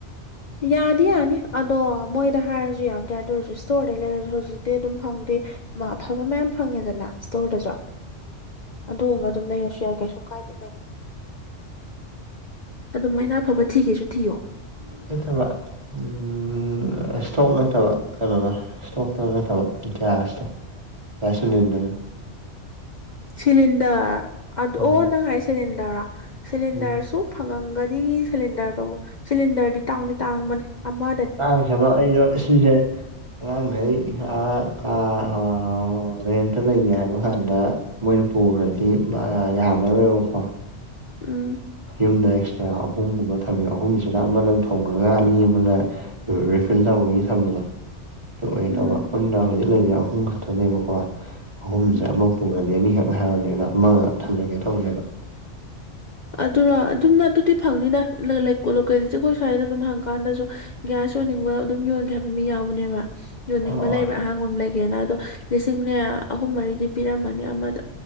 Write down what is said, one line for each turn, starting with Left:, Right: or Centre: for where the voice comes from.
Left: ꯌꯥꯗꯤ ꯌꯥꯅꯤ ꯑꯗꯣ ꯃꯣꯏꯗ ꯍꯥꯏꯔꯖꯨ ꯌꯥꯕꯨꯗꯤ ꯌꯥꯏ ꯑꯗꯨꯑꯣꯏꯔꯖꯨ ꯏꯁꯇꯣꯔꯗꯩ ꯂꯩꯔꯖꯨ ꯍꯧꯖꯤꯛꯇꯤ ꯑꯗꯨꯝ ꯐꯪꯗꯦ ꯃꯥ ꯑꯐꯕ ꯃꯌꯥꯝ ꯐꯪꯉꯦꯗꯅ ꯏꯁꯇꯣꯔꯗꯖꯨ ꯑꯗꯣꯕ ꯑꯗꯨꯝ ꯂꯩꯔꯁꯨ ꯌꯥꯏ ꯀꯩꯁꯨꯝ ꯀꯥꯏꯗꯦ ꯀꯩꯅꯣ ꯑꯗꯨꯝꯃꯥꯏꯟꯅ ꯑꯐꯕ ꯊꯤꯒꯦꯁꯨ ꯊꯤꯌꯣ
Right: ꯅꯠꯇꯕ ꯎꯝ ꯁꯇꯣꯛ ꯂꯠꯇꯕ ꯀꯩꯅꯣꯗꯣ ꯏꯁꯇꯣꯛꯇꯣ ꯅꯠꯇꯕ ꯒ꯭ꯌꯥꯁꯇꯣ ꯒ꯭ꯌꯥꯁ ꯁꯤꯂꯤꯟꯗ꯭ꯔ
Left: ꯁꯤꯂꯤꯟꯗꯔ ꯑꯗꯣ
Right: ꯎꯝ
Left: ꯑꯣ ꯅꯪ ꯍꯥꯏꯁ ꯁꯤꯂꯤꯟꯗꯔꯔꯣ ꯁꯤꯂꯤꯟꯗꯔꯁꯨ
Right: ꯎꯝ
Left: ꯐꯪꯉꯝꯒꯅꯤ ꯁꯤꯂꯤꯟꯗꯔꯗꯣ ꯁꯤꯂꯤꯟꯗꯔꯗꯤ ꯇꯥꯡꯗꯤ ꯇꯥꯡꯕꯅꯦ ꯑꯃ
Right: ꯇꯥꯡꯁꯅꯣ ꯑꯩꯩꯗꯣ ꯁꯤꯖꯦ ꯑꯉꯡꯒꯩ ꯑ ꯀ ꯍꯣ ꯔꯦꯟꯇ ꯂꯩꯒꯦ ꯍꯥꯏꯕ ꯀꯥꯟꯗ ꯃꯣꯏꯅ ꯄꯨꯒꯔꯗꯤ ꯌꯥꯝꯃꯔꯣꯏꯕꯀꯣ
Left: ꯎꯝ
Right: ꯌꯨꯝꯗ ꯑꯦꯛꯁꯇ꯭ꯔꯥ ꯑꯍꯨꯝꯒꯨꯝꯕ ꯊꯝꯃꯦ ꯑꯍꯨꯝꯁ ꯁꯤꯅ ꯑꯃꯂꯣꯏꯝ ꯊꯣꯡꯒ꯭ꯔꯒ ꯑꯅꯤ ꯑꯃꯅ ꯔꯤꯐꯤꯜ ꯇꯧꯕꯒꯤ ꯊꯝꯕꯗꯣ <unintelligible>
Left: ꯎꯝ
Right: ꯇꯕ ꯄꯨꯟꯗ ꯍꯧꯖꯤꯛ ꯂꯩꯖꯦ ꯑꯍꯨꯝ ꯈꯠꯇꯅꯦꯕꯀꯣ ꯑꯍꯨꯝꯁꯦ
Left: ꯎꯝ
Right: ꯑꯃ ꯄꯨꯔꯅꯤ ꯔꯃꯤ ꯍꯦꯛ ꯍꯥꯏꯔꯕꯅꯦꯅ ꯑꯃꯒ ꯊꯝꯖꯟꯒꯦ ꯇꯧꯕꯅꯦꯕ <inaudible>
Left: ꯑꯗꯨꯔꯣ ꯑꯗꯨꯝꯅ ꯑꯗꯨꯗꯤ ꯐꯪꯅꯤꯗ ꯂ ꯂꯩꯀꯣ ꯂꯣꯀꯦꯜꯂꯤꯆꯤ ꯑꯈꯣꯏ ꯁ꯭ꯋꯥꯏꯗ ꯑꯗꯨꯝ ꯍꯪꯀꯥꯟꯗꯖꯨ ꯒ꯭ꯌꯥꯁ ꯌꯣꯟꯅꯤꯡꯕ ꯑꯗꯨꯝ ꯌꯣꯟꯒꯦ ꯍꯥꯏꯕ ꯃꯤ ꯌꯥꯎꯕꯅꯦꯕ ꯌꯣꯟꯅꯤꯡꯕ
Right: ꯑꯣ
Left: ꯂꯩꯕ꯭ꯔꯥ ꯑꯍꯥꯡꯕ ꯑꯝ ꯂꯩ ꯒꯦꯅ ꯑꯗꯣ ꯂꯤꯁꯤꯡꯅꯦ ꯑꯍꯨꯝ ꯃꯔꯤꯗꯤ ꯄꯤꯔꯝꯃꯅꯤ ꯑꯃꯗ